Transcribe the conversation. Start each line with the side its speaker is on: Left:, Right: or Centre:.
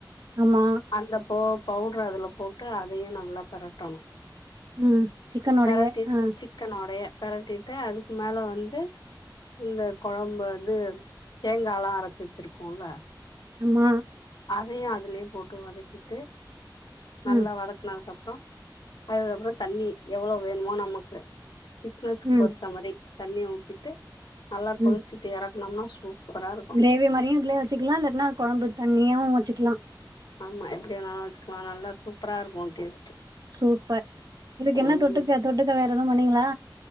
Right: ஆமா
Left: அந்த போ பவுட்ர அதுல போட்டு அதையு நல்லா பெரட்டணு
Right: ம். சிக்கனோடயே.
Left: பெரட்டி
Right: ஆ.
Left: சிக்கனோடைய பெரட்டிட்டு அதுக்கு ‌மேல வந்து இந்த கொழம்பு வந்து தேங்கா எல்லா அரச்சு வெச்சிருக்கோல
Right: ஆமா
Left: அதையு அதுலயே போட்டு வதக்கிட்டு நல்லா
Right: ம்
Left: வதக்குனதுக்கு அப்புறொ அதுக்கப்புறோ தண்ணி எவ்ளோ வேணுமோ நமக்கு திக்னஸ்க்கு
Right: ம்
Left: பெருத்த மாரி தண்ணிய ஊத்திட்டு நல்லா
Right: ம்
Left: கொதிச்சிட்டு எறக்குனம்னா சூப்பரா இருக்
Right: கிரேவி மாரியு இதுலயே வெச்சுக்கலா இல்லட்னா கொழம்பு தண்ணியாவு வெச்சுக்கலா
Left: ஆமா எப்டினாலு வச்சுக்கலா நல்லா சூப்பரா இருக்கு டேஸ்ட்
Right: சூப்பர் இதுக்கு என்ன
Left: ம்
Right: தொட்டுக்க தொட்டுக்க வேற எதுவு பண்ணீங்களா